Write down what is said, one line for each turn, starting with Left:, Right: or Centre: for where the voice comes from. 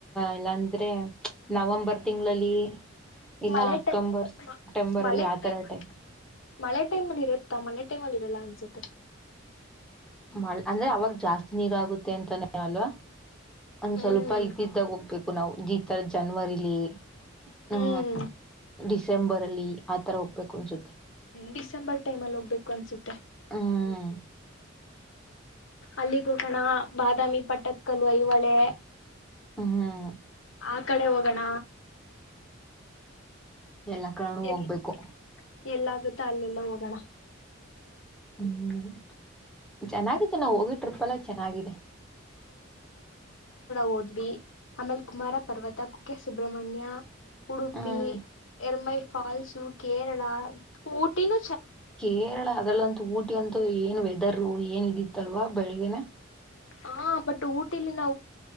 Centre: ಇಲ್ಲ ಅಂದ್ರೆ ನವಂಬರ್ ತಿಂಗಳಲ್ಲಿ ಇಲ್ಲ
Left: ಮಳೆ
Centre: ಅಕ್ಟೋಬರ್
Left: ಟೈಮ್
Centre: ಸೆಪ್ಟೆಂಬರ್
Left: ಮಳೆ
Centre: ಅಲ್ಲಿ ಆತರ
Left: ಟೈಮ್
Centre: ಟೈಮಲ್ಲಿ
Left: ಮಳೆ ಟೈಮಲ್ ಇರುತ್ತಾ ಮಳೆ ಟೈಮಲ್ಲಿ ಇರಲ್ಲ ಅನ್ಸುತ್ತೆ
Centre: ಮಲ್ ಅಂದ್ರೆ ಅವಾಗ ಜಾಸ್ತಿ ನೀರು ಆಗುತ್ತೆ ಅಂತಾನೆ ಅಲ್ವಾ ಒಂದು
Left: ಹ್ಮ್
Centre: ಸ್ವಲ್ಪ ಇದ್ ಇದ್ದಾಗ ಹೋಗ್ಬೇಕು ನಾವು ಒಂಥರಾ ಜನವರಿಯಲ್ಲಿ ಹೂ
Left: ಹ್ಮ್
Centre: ಡಿಸೆಂಬರಲ್ಲಿ ಆತರ ಹೋಗಬೇಕು ಅನ್ಸುತ್ತೆ
Left: ಡಿಸೆಂಬರ್ ಟೈಮಲ್ಲಿ ಹೋಗ್ಬೇಕ್ ಅನ್ಸುತ್ತೆ
Centre: ಹ್ಮ್
Left: ಅಲ್ಲಿ ಹೋಗೋಣ ಬಾದಾಮಿ ಪಟ್ಟದಕಲ್ಲು ಐಹೊಳೆ
Centre: ಹ್ಮ್ ಹ್ಮ್
Left: ಆಕಡೆ ಹೋಗೋಣ
Centre: ಎಲ್ಲ ಕಡೆನೂ
Left: ಎಲ್
Centre: ಹೋಗ್ಬೇಕು
Left: ಎಲ್ಲಾಗುತ್ತೋ ಅಲ್ಲೆಲ್ಲ ಹೋಗೋಣ
Centre: ಹ್ಮ್ ಚೆನ್ನಾಗಿ ಹೋಗಿ ಟ್ರಿಪ್ ಅಲ್ಲ ಚೆನ್ನಾಗಿದೆ
Left: ಹೋಗಿದಿವಿ ಆಮೇಲೆ ಕುಮಾರ ಪರ್ವತ ಕುಕ್ಕೆ ಸುಬ್ರಮಣ್ಯ ಉಡುಪಿ
Centre: ಹ್ಮ್
Left: ರ್ಯಮೈ ಫಾಲ್ಸ್ ಕೇರಳ ಊಟಿ ನ
Centre: ಕೇರಳಕ್ಕಿಂತ ಊಟಿಯಲ್ಲಿ ಏನ್ ವೆದರ್ ಏನ್ ವೇದರ್ ಇತ್ತಲ್ಲ ಬೆಳಗ್ಗೆನೇ
Left: ಹಾ ಬಟ್ ಊಟಿಯಲ್ಲಿ